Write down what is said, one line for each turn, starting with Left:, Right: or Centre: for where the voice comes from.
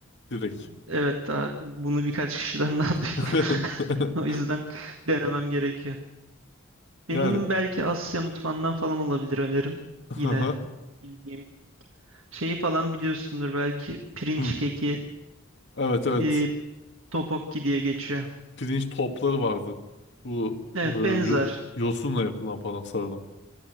Left: Direkt.
Right: Evet daha bunu birkaç kişiden daha <laughs> duydum.
Left: <laughs>
Right: O yüzden denemem gerekiyor. Benim
Left: Yani.
Right: belki Asya mutfağından falan olabilir önerim.
Left: <laughs>
Right: Yine bildiğim şeyi falan biliyorsundur belki pirinç
Left: Hı.
Right: keki,
Left: Evet evet.
Right: e, tteokbokki diye geçiyor.
Left: Pirinç topları vardı. Bu
Right: Evet
Left: e,
Right: benzer.
Left: yo- yosunla yapılan falan sarılan.